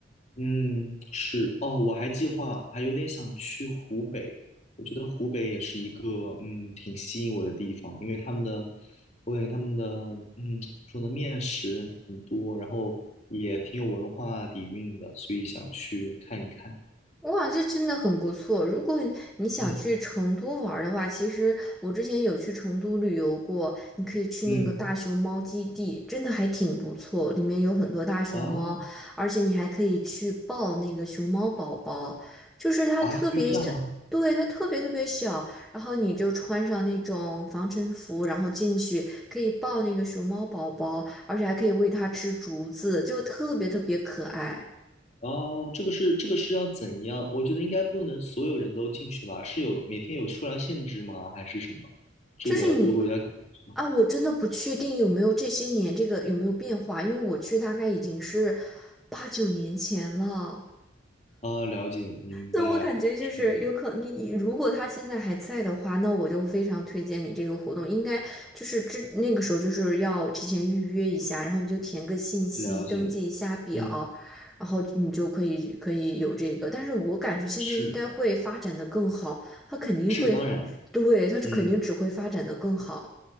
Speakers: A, on the left; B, in the centre.
A: 嗯，是哦，我还计划还有点想去湖北，我觉得湖北也是一个嗯挺吸引我的地方，因为他们的我感觉他们的嗯怎么说呢，面食很多，然后也挺有文化底蕴的，所以想去看一看。
B: 哇，这真的很不错。如果你你想去成都玩儿的话，
A: 嗯
B: 其实我之前有去成都旅游过，你可以去那个大熊猫基地，
A: 嗯
B: 真的还挺不错，里面有很多大熊猫，
A: 啊
B: 而且你还可以去抱那个熊猫宝宝，就是它特别特，
A: 啊，可以这样吗？
B: 对，它特别特别小，然后你就穿上那种防尘服，然后进去可以抱那个熊猫宝宝，而且还可以喂它吃竹子，就特别特别可爱。
A: 哦，这个是这个是要怎样？我觉得应该不能所有人都进去吧？是有每天有数量限制吗？还是什么？这个如果要进去的话。
B: 就是你啊，我真的不确定有没有这些年这个有没有变化，因为我去大概已经是八九年前了。
A: 啊，了解，明白，
B: 那我感觉就是有可你如果他现在还在的话，
A: 是的，
B: 那我就非常推荐你这个活动，应该就是之那个时候就是要提前预约一下，然后你就填个信息，
A: 了解，
B: 登记一下表，
A: 嗯，
B: 然后你就可以可以有这个。但是我感觉现在应该会发展的更好，
A: 是
B: 他肯定会，
A: 是，当然，
B: 对，他就肯定只会发展的更好。
A: 嗯。